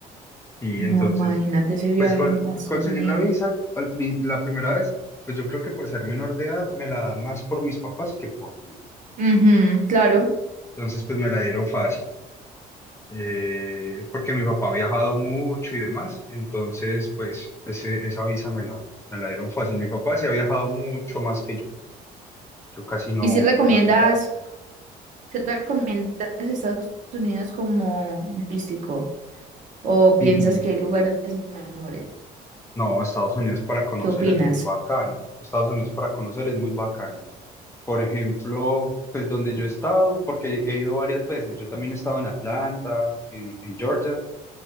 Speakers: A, on the left (about 15°); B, on the right (about 50°).
A: Y entonces,
B: No, imagínate ese viaje
A: pues con,
B: a Estados
A: conseguir
B: Unidos.
A: la visa al- al pri- la primera vez, pues yo creo que por ser menor de edad me la dan más por mis papás que por mí.
B: Ujú, claro.
A: Entonces, pues me la dieron fácil. eh, porque mi papá ha viajado mucho y demás, entonces pues ese- esa visa me la, me la dieron fácil. Mi papá sí ha viajado mucho más que yo, yo casi no,
B: ¿Y si recomiendas,
A: no he viajado.
B: si recomiendas Estados Unidos como turístico o piensas
A: Y
B: que hay lugares mejores?
A: no, Estados Unidos para conocer
B: ¿Qué opinas?
A: es muy bacano, Estados Unidos para conocer es muy bacano. Por ejemplo, pues donde yo he estado, porque he ido varias veces, yo también he estado en Atlanta, en, en Georgia,